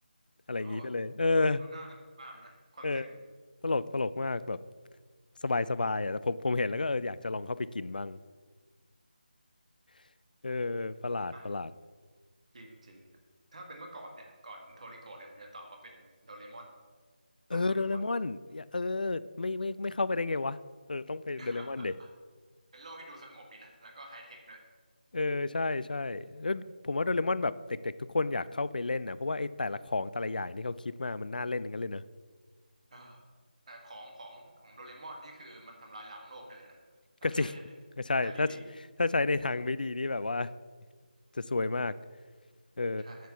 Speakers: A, on the left (about 65°); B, on the right (about 45°).
A: อะไรอย่างนี้ไปเลยเออ
B: โอ้โหดูดูน่าสนุกมากเลยนะคอนเซปต์นี่
A: เออตลกตลกมากแบบสบายสบายอ่ะแต่ผมผมเห็นแล้วก็เอออยากจะลองเข้าไปกินบ้าง <laughs> เออประหลาดประหลาด
B: <laughs> จริงจริงครับถ้าเป็นเมื่อก่อนเนี่ยก่อนโทริโกะเนี่ยผมจะตอบว่าเป็นโดเรมอน
A: เออโดเรมอนอย่าเออ
B: โลกโดเรมอน
A: ไม่ไม่ไม่เข้าไปได้ไงวะเออต้องไปโดเรมอนเด็
B: <laughs> เป็นโลกที่ดูสงบดีนะแล้วก็ไฮเทคด้วย
A: เออใช่ใช่แล้วผมว่าโดเรมอนแบบเด็กๆทุกคนอยากเข้าไปเล่นนะเพราะว่าไอ้แต่ละของแต่ละอย่างที่เขาคิดมามันน่าเล่นทั้งนั้นเลยเนอะ
B: เออแต่ของของของโดเรมอนนี่คือมันทำลายล้างโลกได้เลยนะถ้าใช้
A: ก็จริง <laughs>
B: <laughs>
A: ก็ใช่ถ้า
B: ใช้ดี
A: ถ้าใช้ในทางไม่ดีนี่แบบว่าจะซวยมากเออ
B: ๆใช่